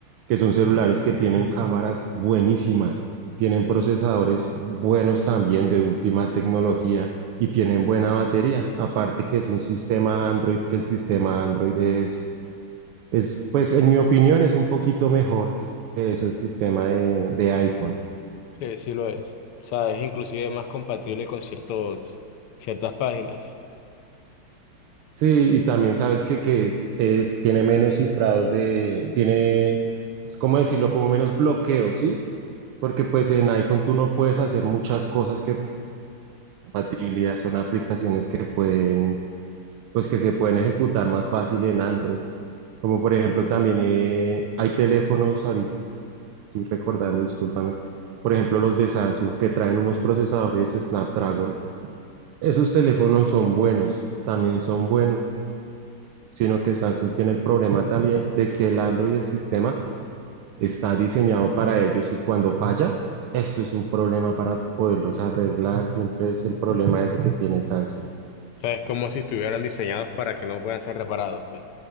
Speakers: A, on the right; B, on the left.
A: que son celulares que tienen cámaras buenísimas, tienen procesadores buenos también de última tecnología y tienen buena batería. Aparte que es un sistema Android, que el sistema Android es es, pues en mi opinión es un poquito mejor que es el sistema de, de iPhone.
B: Sí, sí lo es. O sea, es inclusive más compatible con ciertos, ciertas páginas.
A: Sí, y también sabes que, que es, es, tiene menos cifrados de, tiene, es como decirlo, como menos bloqueos, ¿sí? Porque pues en iPhone tú no puedes hacer muchas cosas que compatibilidad, son aplicaciones que pueden, pues que se pueden ejecutar más fácil en Android. Como por ejemplo también eh, hay teléfonos, ahorita estoy recordando, discúlpame, por ejemplo los de Samsung que traen unos procesadores Snapdragon Esos teléfonos son buenos, también son buenos, sino que Samsung tiene el problema también de que el Android del sistema está diseñado para ellos y cuando falla, eso es un problema para poderlos arreglar, siempre es el problema ese que tiene Samsung.
B: O sea, es como si estuvieran diseñados para que no puedan ser reparados, pues. O